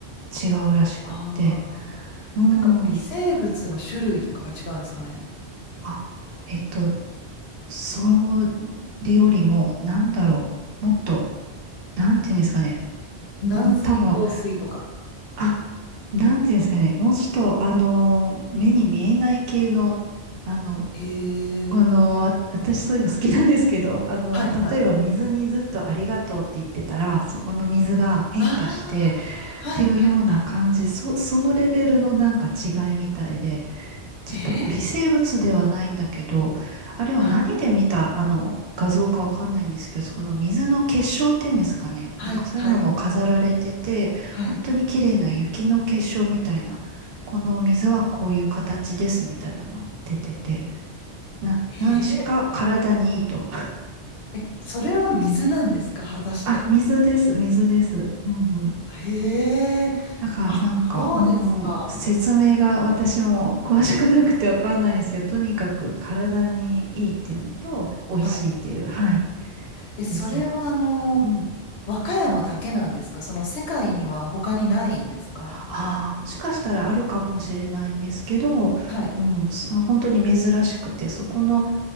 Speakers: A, on the right (about 65°); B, on the left (about 70°).
A: 違うらしくって、
B: ああ、
A: うん、
B: なんか微生物の種類とかが違うんですかね。
A: あ、えっと、それよりも、なんだろう、もっと、なんていうんですかね、
B: 軟水、
A: もう多分、
B: 硬水とか。
A: あ、なんていうんですかね。もうちょっと、あの目に見えない系の、あの、
B: へえ。
A: この、あ私そういうの好きなんですけど、あの、
B: はいはい。
A: 例えば水にずっとありがとうって言ってたら、そこの水が変化して
B: ああ、はいはいは
A: っていうような感じ、そ、そのレベルのなんか違いみたいで、ちょっと微生物ではないんだけど、
B: い。えー、
A: あれを何で見た、
B: はい
A: あの、画像かわかんないんですけど、その水の結晶っていうんですかね。
B: はいはい
A: なんかそういうのも飾られてて、
B: はい。
A: 本当に綺麗な雪の結晶みたいな、この水はこういう形ですみたいなの出てて、な、
B: え
A: 何しか体にいいと。
B: ー、え、それは水なんですか、果たして。
A: <laughs> あ、水です、水です。うん
B: へえ。
A: だからなんか、
B: あ、そうですか。
A: うん、説明が私も詳しくなくてわかんないんですけど、とにかく体にいいっていうのと、美味しいっていう、
B: はい。
A: はい、
B: え、
A: です。
B: それはあの、
A: うん。
B: 和歌山だけなんですかその世界には他にないんですか
A: ああ、もしかしたらあるかもしれないんですけど、
B: はい。
A: うん、す本当に珍しくて、そこの